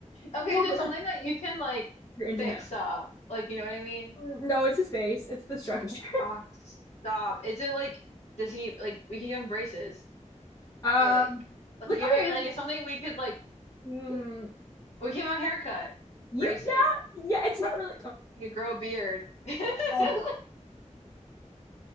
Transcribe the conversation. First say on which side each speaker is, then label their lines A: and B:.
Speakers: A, on the left; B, on the left.
A: Okay,
B: No,
A: there's
B: but
A: something
B: like
A: that you can like
B: you're into
A: fix
B: him.
A: up. Like, you know what I mean?
B: No, it's his face. It's the structure. <laughs>
A: Ah, stop. Is it like does he like we can give him braces?
B: Um,
A: Or like like
B: like
A: you
B: okay,
A: know what I mean?
B: like
A: Like it's something we could like
B: mm,
A: we give him a haircut,
B: you,
A: braces.
B: yeah, yeah. It's not really.
A: He could grow a beard. <laughs> Like
B: Um,